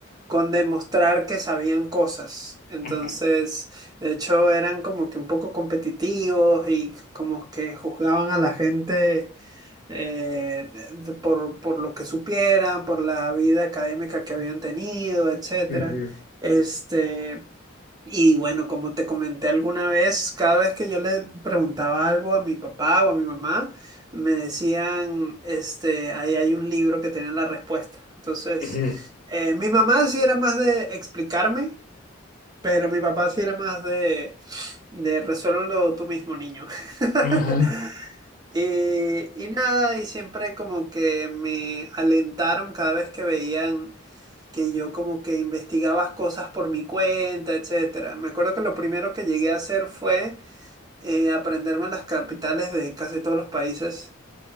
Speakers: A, on the right (about 20°); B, on the left (about 40°).
A: con demostrar que sabían cosas. Entonces,
B: Ajá.
A: de hecho, eran como que un poco competitivos y como que juzgaban a la gente. eh, de- de- por, por lo que supieran, por la vida académica que habían tenido, etcétera.
B: Ujú,
A: Este, y bueno, como te comenté alguna vez, cada vez que yo le preguntaba algo a mi papá o a mi mamá, me decían, este, ahí hay un libro que tiene la respuesta. Entonces,
B: ujú.
A: eh, mi mamá sí era más de explicarme, pero mi papá sí era más de, de resuélvelo tú mismo, niño. <laughs>
B: Ajá,
A: Eh, y nada, y siempre como que me alentaron cada vez que veían que yo como que investigaba cosas por mi cuenta, etcétera. Me acuerdo que lo primero que llegué a hacer fue eh, aprenderme las capitales de casi todos los países,